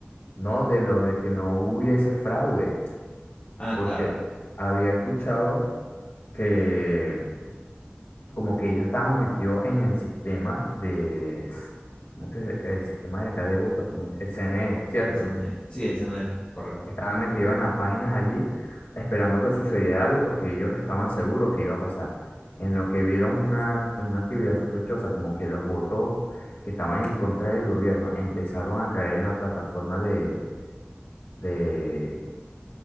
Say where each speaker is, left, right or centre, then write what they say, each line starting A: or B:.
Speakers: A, on the left (about 70°); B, on the left (about 40°).
A: No, de lo de que no hubiese fraude,
B: Ah,
A: porque
B: claro,
A: había escuchado que como que ellos estaban metidos en el sistema de, como que el sistema de acá de votos, como que el CNE, ¿cierto?
B: el CNE. Sí, el CNE, correcto.
A: Estaban metidos en las páginas allí esperando que sucediera algo porque ellos estaban seguros que iba a pasar. En lo que vieron una, una actividad sospechosa, como que los votos que estaban en contra del gobierno empezaron a caer en la plataforma de, de